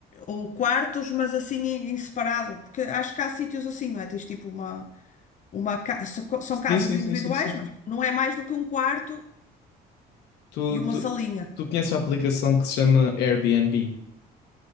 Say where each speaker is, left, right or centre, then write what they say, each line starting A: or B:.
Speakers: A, on the left; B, on the left.
A: ou quartos, mas assim em, em separado, porque acho que há sítios assim, não é? Tens tipo uma Uma ca- so- São
B: Sim,
A: casas
B: sim,
A: individuais,
B: sim, sim, sim, sim.
A: mas não é mais do que um quarto
B: Tu,
A: e uma
B: tu,
A: salinha.
B: tu conheces a aplicação que se chama Airbnb?